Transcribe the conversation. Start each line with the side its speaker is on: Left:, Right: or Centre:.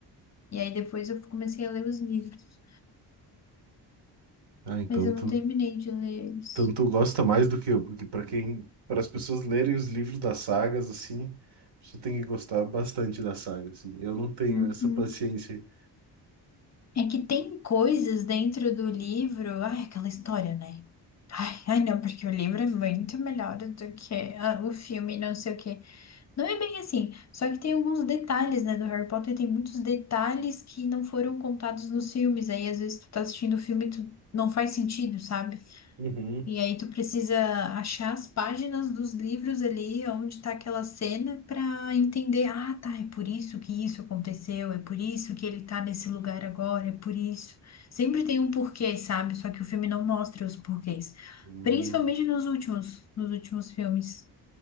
Left: E aí depois eu comecei a ler os livros,
Right: Ah, então
Left: mas eu
Right: tu,
Left: não terminei de ler eles.
Right: então tu gosta mais do que eu, porque para quem, para as pessoas lerem os livros das sagas assim, a pessoa tem que gostar bastante da saga, assim. Eu não tenho
Left: Uhum.
Right: essa paciência. aí.
Left: É que tem coisas dentro do livro. Ai, aquela história, né? Ai, ai, não, porque o livro é muito melhor do que ah, o filme, não sei o quê. Não é bem assim. Só que tem alguns detalhes, né, do Harry Potter, tem muitos detalhes que não foram contados nos filmes. Aí, às vezes, tu tá assistindo o filme e tu não faz sentido, sabe?
Right: Uhum.
Left: E aí tu precisa achar as páginas dos livros ali, onde tá aquela cena, pra entender, ah, tá, é por isso que isso aconteceu, é por isso que ele tá nesse lugar agora, é por isso. Sempre tem um porquê, sabe? Só que o filme não mostra os porquês.
Right: Hum,
Left: Principalmente nos últimos, nos últimos filmes,